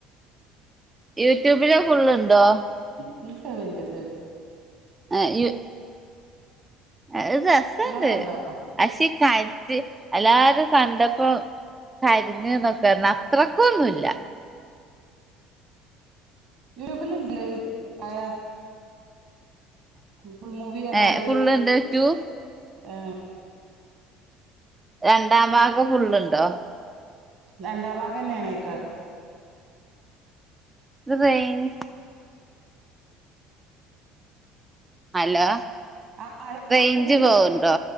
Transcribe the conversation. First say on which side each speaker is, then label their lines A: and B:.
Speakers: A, on the right; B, on the right.
A: യു ട്യൂബില് ഫുള്ള് ഉണ്ടോ
B: <unintelligible>
A: ഏ യു അത് രസണ്ട്
B: ഇങ്ങള് കണ്ടോ
A: <unintelligible> <unintelligible> എല്ലാരും കണ്ടപ്പോ കരഞ്ഞുന്നൊക്കാരുന്നു അത്രക്കു ഒന്നുല്ല
B: യൂട്യൂബില് ഇണ്ടല്ലോ ഈ വായ <unintelligible> മൂവിപറഞ്ഞാണ്ട്
A: ഏഹ് ഫുള്ളുണ്ട് ടു
B: ഏ
A: രണ്ടാം ഭാഗം ഫുള്ളുണ്ടോ
B: രണ്ടാം ഭാഗന്നെയണേക്കാൾ..
A: <unintelligible> ഹലോ?
B: ആഹ് ഹലോ
A: റേയ്ഞ്ച്
B: കേക്കുന്നില്ലേ
A: പോവണ്ടോ